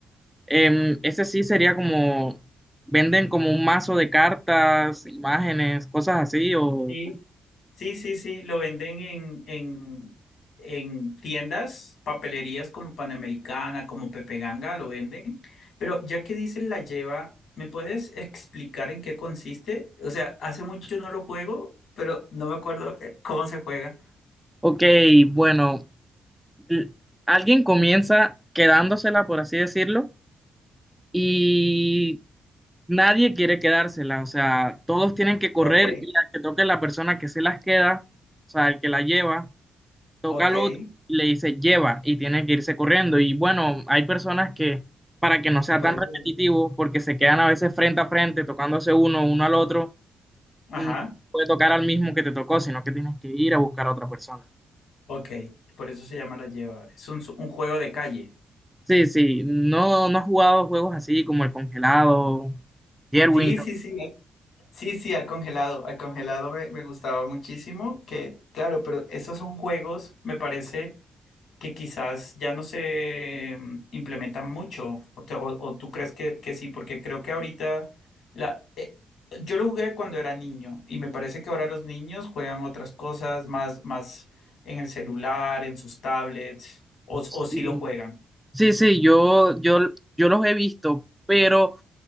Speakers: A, in the centre; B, on the left (about 70°).
A: Em, ese sí sería como, venden como un mazo de cartas, imágenes, cosas así, o...
B: Sí, Sí, sí, sí, lo venden en, en, en tiendas, papelerías como Panamericana, como Pepe Ganga, lo venden. Pero ya que dices la lleva, ¿me puedes explicar en qué consiste? O sea, hace mucho no lo juego, pero no me acuerdo eh, cómo se juega.
A: Ok, bueno, l- alguien comienza quedándosela, por así decirlo, y nadie quiere quedársela, o sea, todos tienen que correr
B: Ok,
A: y al que toque la persona que se las queda, o sea, el que la lleva, toca
B: ok.
A: al otro y le dice lleva y tiene que irse corriendo. Y bueno, hay personas que para que no sea
B: Y por
A: tan
B: eso...
A: repetitivo, porque se quedan a veces frente a frente, tocándose uno, uno al otro,
B: Ajá,
A: no puede tocar al mismo que te tocó, sino que tienes que ir a buscar a otra persona.
B: ok. Por eso se llama la lleva. Es un, un juego de calle.
A: Sí, sí, no, no has jugado juegos así como el congelado, Jerwin.
B: Sí, sí, sí. Sí, sí, al congelado, al congelado me, me gustaba muchísimo, que claro, pero esos son juegos, me parece que quizás ya no se mm, implementan mucho, o, te- o- o tú crees que, que sí, porque creo que ahorita, la, eh, yo lo jugué cuando era niño y me parece que ahora los niños juegan otras cosas más, más en el celular, en sus tablets, o,
A: Sí,
B: o sí lo juegan.
A: Sí, sí, yo, yo, yo los he visto, pero